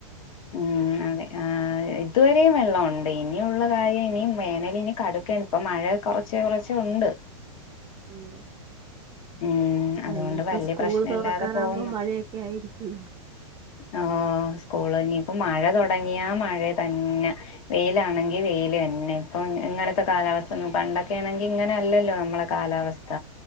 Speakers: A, on the left; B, on the right.
A: ഉം അതെ അ
B: <inaudible>
A: ഇതുവരെയും വെള്ളമുണ്ട് ഇനിയുള്ള കാര്യം ഇനി വേനൽ ഇനി കടക്കാണ് ഇപ്പൊ മഴ കൊറച്ച് കൊറച്ച് ഉണ്ട്
B: ഉണ്ട്
A: ഉം
B: ആ
A: അതൊണ്ട്
B: ഇനിയിപ്പോ
A: വല്ല്യ
B: സ്കൂള്
A: പ്രശ്നല്ലാതെ
B: തുറക്കാറാകുമ്പോ
A: പോവ്ന്ന്
B: മഴയൊക്കെ ആയിരിക്കൂല്ലോ.
A: ആ സ്കൂള് ഇനിപ്പൊ മഴ തുടങ്ങിയാ മഴ തന്നെ വെയിലാണെങ്കി വെയിലെന്നെ പ്പൊ ഇ ഇങ്ങനത്തെ കാലാവസ്ഥ ഒന്നും പണ്ടൊക്കെ ആണെങ്കി ഇങ്ങനെ അല്ലല്ലോ നമ്മളെ കാലാവസ്ഥ